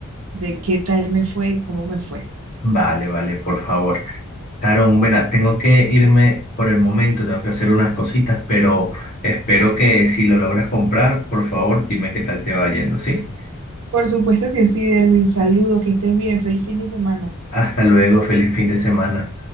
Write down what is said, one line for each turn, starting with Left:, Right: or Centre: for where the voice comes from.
Right: de qué tal me fue y cómo me fue.
Left: Vale, vale, por favor. Sharon, mira, tengo que irme por el momento, tengo que hacer unas cositas, pero espero que si lo logras comprar, por favor, dime qué tal te va yendo, ¿sí?
Right: Por supuesto que sí, Derwin. Saludos, que estés bien. Feliz fin de semana.
Left: Hasta luego, feliz fin de semana.